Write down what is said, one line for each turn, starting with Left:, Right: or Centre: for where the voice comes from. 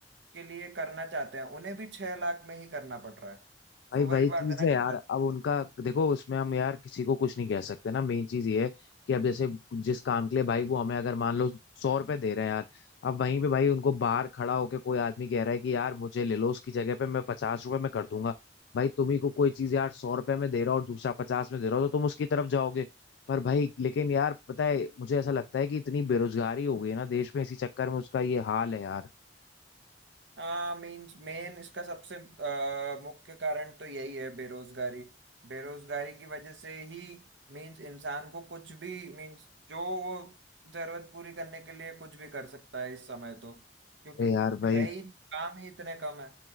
Right: के लिए करना चाहते हैं उन्हें भी छह लाख में ही करना पड़ रहा है
Left: भाई
Right: तो वही
Left: वही चीज
Right: बात है ना
Left: है यार
Right: कि
Left: अब उनका देखो उसमें हम यार किसी को कुछ नहीं कह सकते ना मेन चीज ये है कि अब जैसे जिस काम के लिए भाई वो हमें अगर मान लो सौ रुपए दे रहे हैं यार अब वहीं पे भाई उनको बाहर खड़ा होके कोई आदमी कह रहा है कि यार मुझे ले लो उसकी जगह पे मैं पचास रुपए में कर दूंगा भाई तुम्ही को कोई चीज यार सौ रुपए में दे रहा हो और दूसरा पचास में दे रहा हो तो तुम उसकी तरफ जाओगे पर भाई लेकिन यार पता है मुझे ऐसा लगता है कि इतनी बेरोजगारी हो गई है ना देश में इसी चक्कर में उसका ये हाल है यार
Right: हाँ मेन मेन इसका सबसे अ, मुख्य कारण तो यही है बेरोजगारी बेरोजगारी की वजह से ही मीन्स इंसान को कुछ भी मीन्स जो वो जरूरत पूरी करने के लिए कुछ भी कर सकता है इस समय तो क्योंकि
Left: अरे यार भाई
Right: है ही काम ही इतने कम है